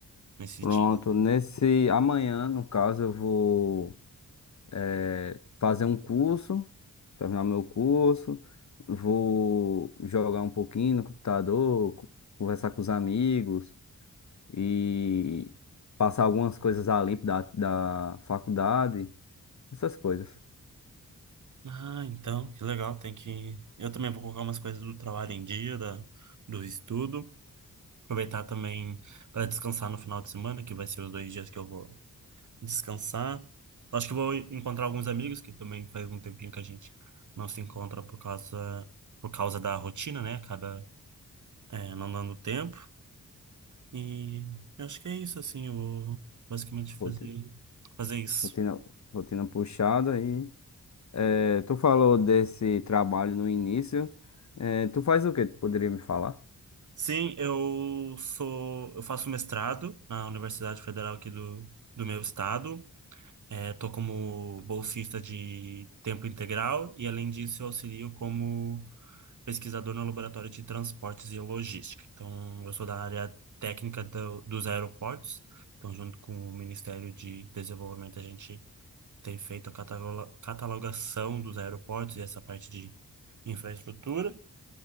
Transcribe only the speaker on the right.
nesses
dias?
Ah, então, que legal, tem que... Eu também vou colocar umas coisas do trabalho em dia, da, do estudo, aproveitar também para descansar no final de semana, que vai ser os dois dias que eu vou descansar. Acho que vou encontrar alguns amigos, que também faz um tempinho que a gente não se encontra por causa, por causa da rotina, né? Acaba, é, não dando tempo. E eu acho que é isso, assim, eu vou basicamente fazer,
fazer isso.
Sim, eu sou, eu faço mestrado na Universidade Federal aqui do, do meu estado. É, tô como bolsista de tempo integral e, além disso, eu auxilio como pesquisador no Laboratório de Transportes e Logística. Então, eu sou da área técnica do- dos aeroportos. Então, junto com o Ministério de Desenvolvimento, a gente tem feito a cataloga- catalogação dos aeroportos e essa parte de infraestrutura